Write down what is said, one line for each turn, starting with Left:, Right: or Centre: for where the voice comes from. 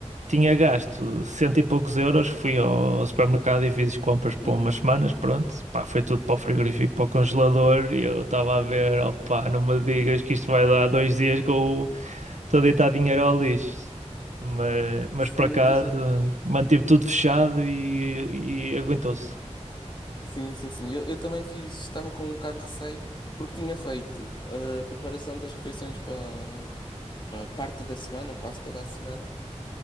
Right: tinha gasto cento e poucos euros. Fui ao supermercado e fiz compras para
Left: Uhum.
Right: umas semanas, pronto. Pá, foi tudo para o frigorífico, para o congelador. E eu estava a ver, opá, não me digas que isto vai dar dois dias que eu Estou deitado em Arolis, mas, mas
Left: Sim,
Right: por acaso
Left: muita gente.
Right: mantive tudo fechado e, e aguentou-se.
Left: Sim, sim, sim. Eu, eu também fiz, estava com um bocado de receio, porque tinha feito a preparação das refeições para, para parte da semana, quase toda a semana.